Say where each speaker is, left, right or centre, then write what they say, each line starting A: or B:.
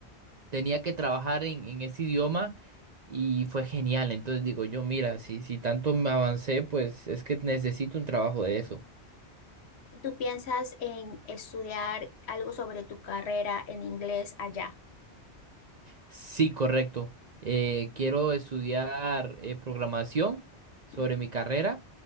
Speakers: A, on the right; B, on the left.
A: tenía que trabajar en, en ese idioma y fue genial. Entonces digo yo, mira, si, si tanto me avancé, pues es que necesito un trabajo de eso.
B: ¿Y tú piensas en estudiar algo sobre tu carrera en inglés allá?
A: Sí, correcto. Eh, quiero estudiar eh, programación sobre
B: Mm,
A: mi carrera.